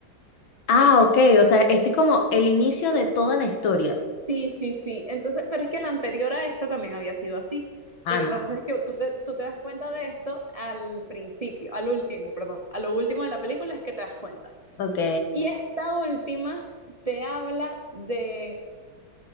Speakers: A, on the left; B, on the right.
A: Ah, ok, o sea, este es como el inicio de toda la historia.
B: Sí, sí, sí. Entonces, pero es que la anterior a esta también había sido así.
A: Ah,
B: Lo que
A: no,
B: pasa es que tú te, tú te das cuenta de esto al principio, al último, perdón, a lo último de la película es que te das cuenta.
A: ok,
B: Y esta última te habla de,